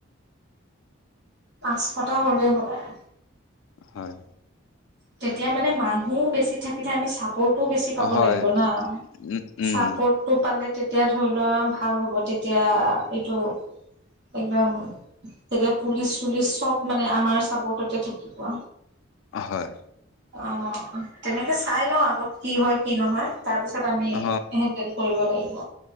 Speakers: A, on the right; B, on the left.
A: পাঁচশটা হ'লেই হ'ল আৰু।
B: হয়।
A: তেতিয়া মানে মানুহ বেছি থাকি তেতিয়া আমি চাপৰ্টোও বেছি পাব
B: হয়
A: লাগিব না,
B: উম উম
A: চাপৰ্ট টো পালে তেতিয়া ধৰি লোৱা ভাল হ'ব তেতিয়া, এইটো একদম তেতিয়া পুলিচ-চুলিচ চব মানে আমাৰ চাপৰ্টতে থাকিব।
B: হয়।
A: অ, তেনেকে চাই লওঁ আগত কি হয়, কি নহয়, তাৰপিছত আমি
B: অ
A: হেণ্ডেল কৰিব লাগিব,